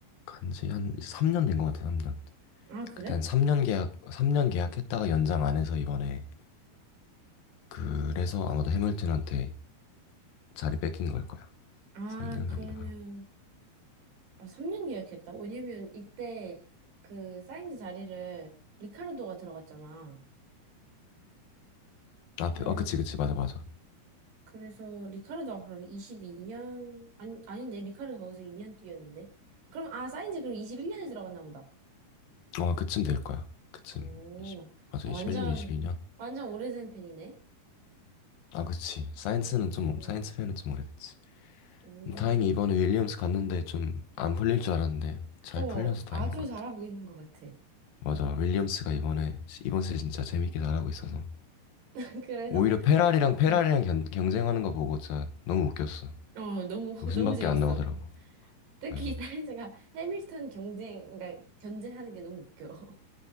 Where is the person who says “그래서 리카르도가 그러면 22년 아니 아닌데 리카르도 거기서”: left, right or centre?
Right